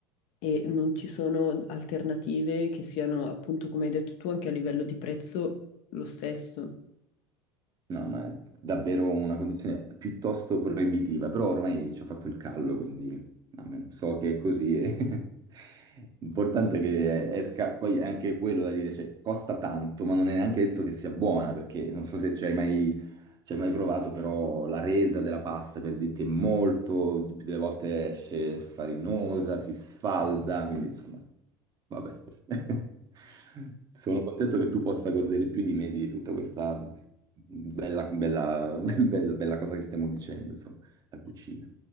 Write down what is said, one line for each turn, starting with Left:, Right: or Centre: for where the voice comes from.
Left: e non ci sono alternative che siano, appunto, come hai detto tu, anche a livello di prezzo lo stesso.
Right: No, no, è davvero una condizione piuttosto proibitiva, però ormai ci ho fatto il callo, quindi amen. So che è così. E... <laughs> L'importante è che esca, poi è anche quello da dire, cioè, costa tanto, ma non è neanche detto che sia buona, perché non so se ci hai mai, ci hai mai provato, però la resa della pasta, per dirti, è molto, di più delle volte esce farinosa, si sfalda, quindi insomma... Vabbè, <laughs> sono contento che tu possa godere più di me di tutta questa bella, bella, <laughs> bella- bella cosa che stiamo dicendo, insomma, la cucina.